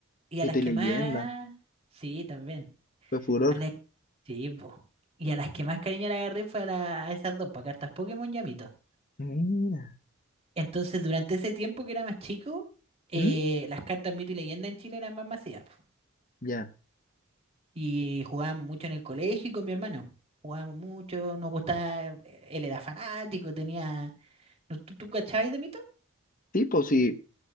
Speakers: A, on the right (about 30°); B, on the left (about 40°).
A: Y a las que
B: leyenda
A: más... Sí, también.
B: Fue furor.
A: A las... Sí, pues. Y a las que más cariño le agarré fue a, la- a esas dos, pues, cartas Pokémon y a Mito.
B: Mira.
A: Entonces, durante ese tiempo que era más chico, eh,
B: ¿Mm?
A: las cartas Mito y Leyenda en Chile eran más masivas. po.
B: Ya.
A: Y jugábamos mucho en el colegio y con mi hermano. Jugábamos mucho, nos gustaba... Él era fanático, tenía... ¿No- ¿Tú, tú cachabas de Mito?
B: Sí, pues sí.